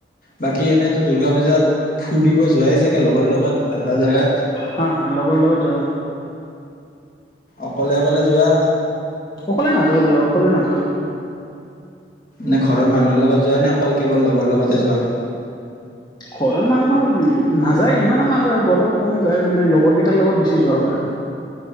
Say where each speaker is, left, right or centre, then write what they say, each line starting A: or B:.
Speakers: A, on the left; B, on the left.
A: বাকী এনেইতো দুৰ্গা পূজাত ফুৰিব যোৱাই চাগে লগৰ লগত। ভাল ভাল জেগাত
B: হা হা লগৰ লগত যাও।
A: অকলে অকলে যোৱা?
B: অকলে নাযাও দিয়, অকলে নাযাও।
A: নে ঘৰৰ মানুহৰ লগত যোৱা নে অকল কেৱল লগৰ লগতে যোৱা?
B: ঘৰৰ মানুহৰ নাযায় ইমানো নাযায় গলেও কম যায় মানে লগৰ কেইটাৰ লগত বেছি যোৱা হয়।